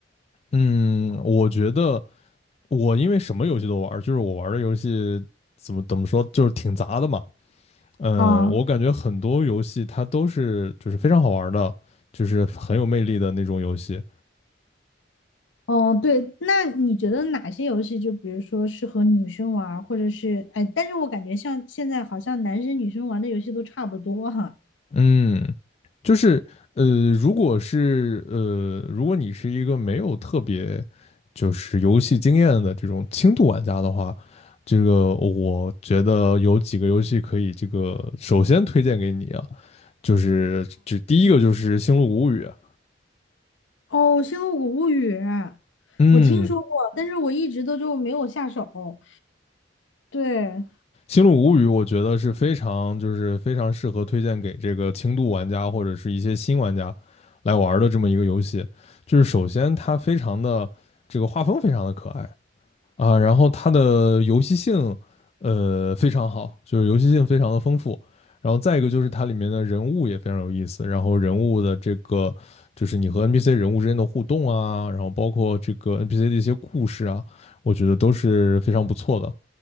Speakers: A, on the left; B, on the left.
A: 嗯，我觉得我因为什么游戏都玩儿，就是我玩儿的游戏怎么怎么说，就是挺杂的嘛。嗯，
B: 啊，
A: 我感觉很多游戏它都是就是非常好玩儿的，就是很有魅力的那种游戏。
B: 哦，对，那你觉得哪些游戏就比如说适合女生玩儿或者是哎，但是我感觉像现在好像男生女生玩的游戏都差不多哈。
A: 嗯，就是呃，如果是呃，如果你是一个没有特别就是游戏经验的这种轻度玩家的话，这个我觉得有几个游戏可以这个首先推荐给你啊，就是就第一个就是《星露谷物语》啊，
B: 哦，《星露谷物语》，
A: 嗯，
B: 我听说过，但是我一直都就没有下手。对，
A: 《星露谷物语》我觉得是非常就是非常适合推荐给这个轻度玩家或者是一些新玩家来玩儿的这么一个游戏，就是首先它非常的这个画风非常的可爱。啊，然后它的游戏性，呃，非常好，就是游戏性非常的丰富。然后再一个就是它里面的人物也非常有意思，然后人物的这个就是你和 NPC 人物之间的互动啊，然后包括这个 NPC 的一些故事啊，我觉得都是非常不错的。